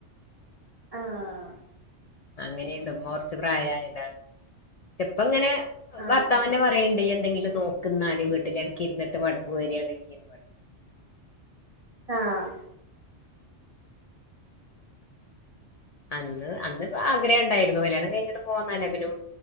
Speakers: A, on the right; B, on the left.
A: ആഹ്
B: അങ്ങനെയുണ്ട് ഉമ്മ കുറച്ച് പ്രായായതാണ് പക്ഷെപ്പ ഇങ്ങനെ
A: ആഹ്
B: ഭർത്താവന്നെ പറയ്ണ്ട് ഇയ് എന്തെങ്കിലും നോക്ക്ന്നാല് വീട്ടിലെ അനക്ക് ഇരുന്നിട്ട് മടപ്പ് വരാണെങ്കിൽ
A: ആഹ്
B: അന്ന് അന്നിപ്പ ആഗ്രഹം ഉണ്ടായിരുന്നു കല്യാണം കഴിഞ്ഞിട്ട് പോന്ന പിനും